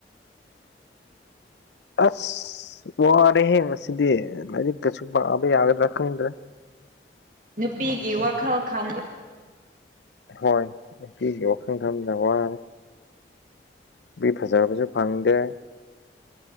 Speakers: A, on the right; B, on the left.
A: ꯇꯥꯗꯔꯦ <inaudible>
B: ꯑꯁ ꯋꯥꯔꯦꯍꯦ ꯉꯁꯤꯗꯤ ꯂꯥꯏꯔꯤꯛ ꯀꯁꯨ ꯄꯥꯕ ꯌꯥꯒꯗ꯭ꯔꯥ ꯈꯪꯗ꯭ꯔꯥ
A: ꯅꯨꯄꯤꯒꯤ ꯋꯥꯈꯜ ꯈꯜ
B: ꯍꯣꯏ ꯅꯨꯄꯤꯒꯤ ꯋꯥꯈꯜ ꯈꯅ ꯋꯥ ꯃꯤ ꯐꯖꯕꯁꯨ ꯐꯪꯗꯦ